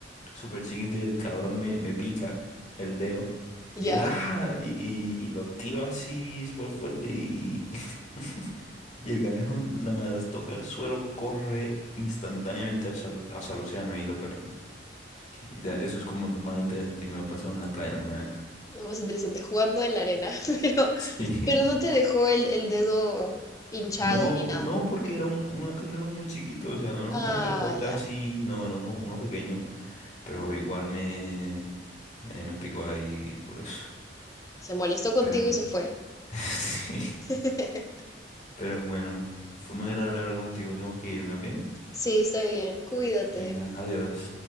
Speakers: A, on the left; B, on the left.
A: súper chiquito y el cabrón me, me pica el dedo
B: Ya,
A: y, yo, ¡ah! y, y- y lo tiro así súper fuerte y, <laughs> y el cangrejo nada más toca el suelo, corre instantáneamente hacia el, hacia el océano y lo perdí. Y ya, eso es como lo más interesante que me ha pasado en la playa alguna vez.
B: lo más interesante, jugando en la arena, <laughs> pero,
A: Sí.
B: pero no te dejó el, el dedo hinchado
A: No,
B: ni nada.
A: no, porque era un, un cangrejo muy chiquito, o sea, no era un
B: Ah,
A: cangrejote
B: ya.
A: así, no, era uno, uno pequeño, pero igual me, me, me picó ahí, curioso.
B: Se molestó contigo
A: Pero,
B: y se fue.
A: <laughs> sí,
B: <laughs>
A: pero bueno, fue muy agradable hablar contigo, tengo que irme, ¿ok?
B: Sí, está bien. Cuídate.
A: Venga, adiós.